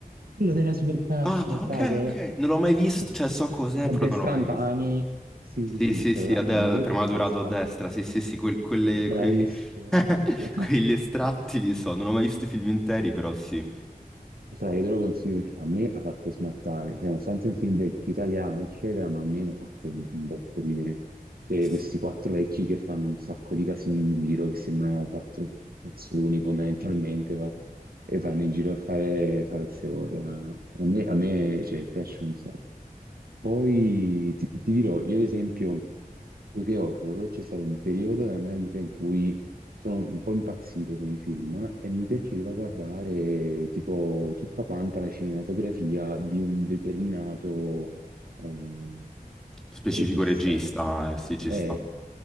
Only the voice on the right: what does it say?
quello della supercazzo,
la fragola,
la...
la
addestrantani,
sì,
sì, sì,
quello
là
a me
fa spa,
bravissimo,
<laughs>
Sai, io te lo consiglio perché a me ha fatto smattare, cioè, nonostante è un film vecchio italiano, eccetera, ma a me mi ha fatto un un botto ridere. Cioè,
questi quattro vecchi che fanno un sacco di casini in giro, che sembrano quattro cazzoni fondamentalmente, va- e vanno in giro a fare, fare queste cose. A me, a me, cioè, piace un sacco. Poi ti, ti dirò, io ad esempio, più che horror, c'è stato un periodo della mia vita in cui sono un po' impazzito con i film e mi piaceva guardare tipo tutta quanta la cinematografia di un determinato ehm,
regista.
E,